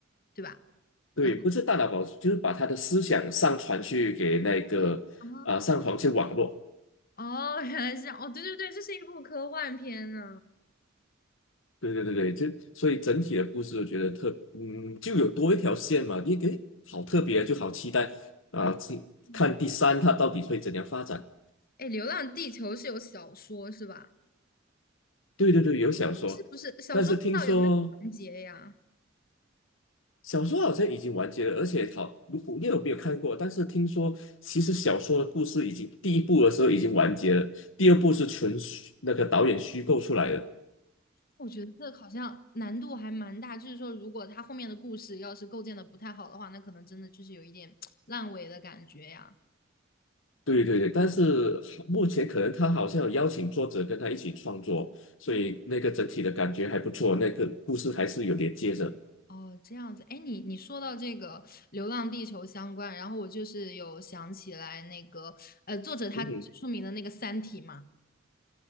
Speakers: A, on the left (about 50°); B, on the left (about 75°).
A: 对吧？
B: 对，
A: 然后
B: 不是大脑保存，就是把他的思想上传去给那个啊、
A: 对啊，
B: 上传去网络。
A: 哦，原来是这样，哦，对对对，这是一部科幻片呢。
B: 对对对对，就所以整体的故事，我觉得特嗯，就有多一条线嘛，你给好特别，就好期待啊，
A: 啊，
B: 去看第三它到底会怎样发展。
A: 嗯，哎，《流浪地球》是有小说是吧？
B: 对对对，有小说，
A: 是不是小说不知道有没有完结呀？
B: 但是听说小说好像已经完结了，而且好，如果你有没有看过，但是听说其实小说的故事已经第一部的时候已经完结了，第二部是纯虚那个导演虚构出来的。
A: 我觉得这好像难度还蛮大，就是说，如果他后面的故事要是构建的不太好的话，那可能真的就是有一点烂尾的感觉呀。
B: 对对对，但是目前可能他好像有邀请作者跟他一起创作，所以那个整体的感觉还不错，
A: 哦
B: 那个故事还是有连接着。
A: 哦，这样子，哎，你你说到这个《流浪地球》相关，然后我就是有想起来那个，呃，作者他最出名的那个《三体》嘛，
B: 嗯哼，